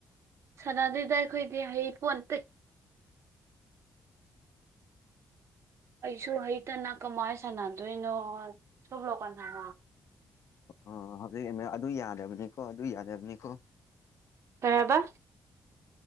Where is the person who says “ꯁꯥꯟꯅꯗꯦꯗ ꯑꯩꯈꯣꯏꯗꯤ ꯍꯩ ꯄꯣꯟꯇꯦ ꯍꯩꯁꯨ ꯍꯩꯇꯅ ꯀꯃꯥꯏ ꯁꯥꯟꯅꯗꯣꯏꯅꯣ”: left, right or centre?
Right